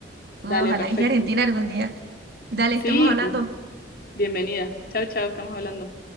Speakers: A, on the right; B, on the left.
A: Uy,
B: Dale,
A: ojalá
B: perfecto.
A: llegue a Argentina algún día. Dale, estamos
B: Sí,
A: hablando.
B: bienvenida. Chao, chao, estamos hablando.